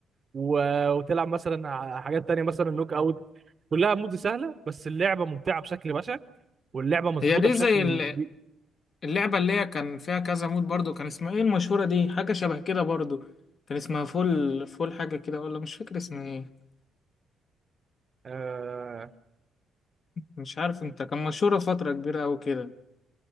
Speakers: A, on the right; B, on the left.
A: و- وتلعب مثلا ع- حاجات تانية مثلا نوك اوت كلها مودز سهله بس اللعبه ممتعه بشكل بشع واللعبه مظبوطه
B: هي دي
A: بشكل
B: زي ال-
A: كبير.
B: اللعبة اللي هي كان فيها كذا مود برضو كان اسمها ايه المشهورة دي حاجة شبه كده برضو كان اسمها فول فول حاجة كده ولا مش فاكر اسمها ايه
A: آه
B: مش عارف انت كان مشهورة فترة كبيرة أوي كده